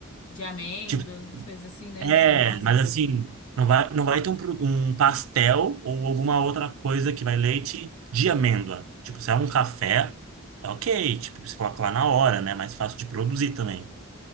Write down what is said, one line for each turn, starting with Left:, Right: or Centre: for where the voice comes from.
Left: De amêndoas,
Right: tipo,
Left: essas coisas assim, né?
Right: É,
Left: De, de nozes.
Right: mas assim, não vai, não vai ter um, pro- um pastel ou alguma outra coisa que vai leite de amêndoa. Tipo, se é um café, é ok, tipo, você coloca lá na hora, né? Mais fácil de produzir também.